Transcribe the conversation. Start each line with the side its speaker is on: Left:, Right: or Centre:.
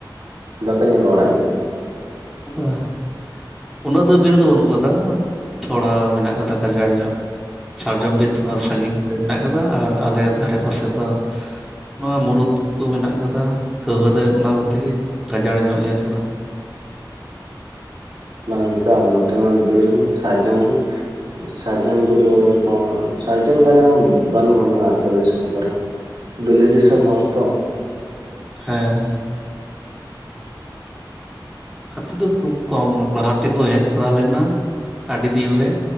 Right: ᱵᱟᱠᱚ ᱧᱮᱞ ᱵᱟᱲᱟᱜ ᱜᱮᱭᱟ
Centre: ᱵᱟᱝ ᱩᱱᱟᱹᱜ ᱫᱚ ᱵᱤᱨ ᱫᱚ ᱵᱟᱹᱱᱩᱜ ᱟᱠᱟᱫᱟ ᱛᱷᱚᱲᱟ ᱢᱮᱱᱟᱜ ᱠᱟᱫᱟ ᱠᱟᱡᱟᱲ ᱧᱚᱜ ᱥᱟᱨᱡᱚᱢ ᱵᱤᱨ ᱛᱷᱚᱲᱟ ᱥᱟᱺᱜᱤᱧ ᱧᱚᱜ ᱜᱮ ᱢᱮᱱᱟᱜ ᱠᱟᱫᱟ ᱟᱨ ᱟᱞᱮ ᱫᱷᱟᱨᱮ ᱯᱟᱥᱮ ᱫᱚᱼᱼ ᱱᱚᱣᱟ ᱢᱩᱩᱨᱩᱩᱫ ᱠᱚ ᱢᱮᱱᱟᱜ ᱠᱟᱫᱟ ᱠᱟᱹᱣᱦᱟᱹ ᱫᱟ ᱚᱱᱟ ᱠᱚᱛᱮ ᱜᱮ ᱜᱟᱡᱟᱲ ᱧᱚᱜ ᱜᱮᱭᱟ ᱛᱷᱚᱲᱟ
Right: ᱵᱟᱝ ᱜᱚᱝᱠᱮ ᱱᱚᱛᱮ ᱢᱟ ᱵᱤᱨ ᱥᱟᱨᱡᱚᱢ ᱵᱤᱨ ᱥᱟᱨᱡᱚᱢ ᱵᱤᱨ ᱵᱚᱞᱮ ᱠᱚ ᱥᱟᱨᱡᱚᱢ ᱫᱟᱨᱮ ᱦᱚᱸ ᱵᱟᱹᱱᱩᱜ ᱟ ᱱᱚᱣᱟ ᱟᱹᱛᱩᱳ ᱫᱤᱥᱚᱢ ᱠᱚᱨᱮ ᱵᱤᱞᱟᱤ ᱫᱤᱥᱚᱢ ᱦᱚᱲ ᱛᱚ
Centre: ᱦᱮᱸ ᱦᱟᱹᱛᱤ ᱫᱚ ᱠᱷᱩᱵᱽ ᱠᱚᱢ ᱞᱟᱦᱟ ᱛᱮᱠᱚ ᱦᱮᱡ ᱵᱟᱲᱟ ᱞᱮᱱᱟ ᱟᱹᱰᱤ ᱫᱤᱱ ᱨᱮ